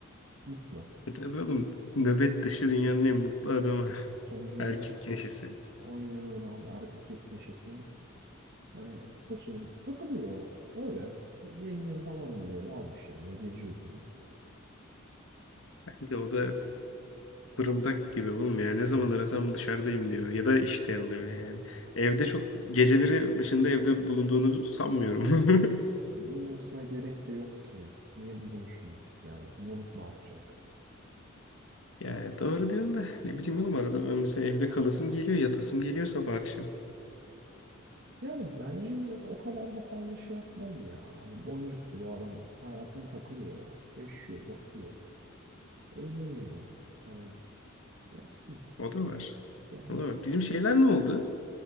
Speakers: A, on the right (about 50°); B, on the left (about 75°).
A: Mutlu.
B: E tabii oğlum, nöbet dışı dünyanın en mutlu adamı. <laughs>
A: Tabii canım.
B: Erkek neşesi.
A: Aynen öyle abi erkek neşesi. Hani tosunum takılıyor öyle. Yengem falan da böyle almış yanına geziyordu yine.
B: Kanka o da fırıldak gibi oğlum ya. Ne zaman arasam dışarıdayım diyor. Ya da işte alıyor yani. Evde çok geceleri dışında evde bulunduğunu sanmıyorum. <laughs>
A: E, bulunmasına gerek de yok ki. Niye bulunsun? Yani bulunup ne yapacak?
B: Yani doğru diyorsun da
A: Hani,
B: ne bileyim
A: ya,
B: oğlum arada ben mesela evde kalasım geliyor, yatasım geliyor sabah akşam.
A: yani bence o kadar da fazla şey yapmaz ya. Hani boncuk gibi adam hayatına takılıyor. Yaşıyor, bakıyor. Eğleniyor. Hani ne yapsın ki.
B: O da var.
A: Yani
B: O da var. Bizim şeyler ne oldu?